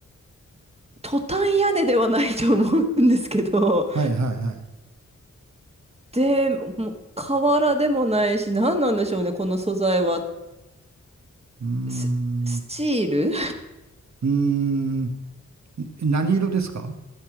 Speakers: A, on the right; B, on the right.
A: トタン屋根ではないと思うんですけど、
B: はい、はい、はい。
A: で、もう、瓦でもないし、何なんでしょうね、この素材は。
B: うーん。
A: ス、スチール
B: うーん。何色ですか